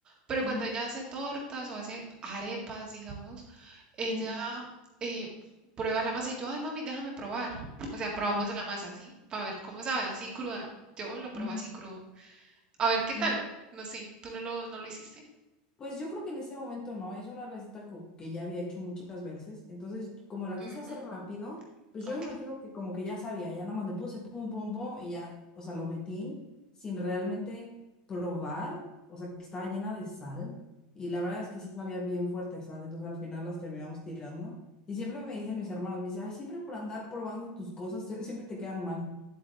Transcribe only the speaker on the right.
pero
cuando ella hace tortas o hace arepas, digamos, ella
eh, prueba la masa y yo, ay mami, déjame probar. O sea, probamos
la masa así, para ver cómo sabe, así cruda. Yo lo probé
así crudo. A ver qué tal.
No sé, ¿tú no lo, no lo hiciste?
Ujú,
Ok,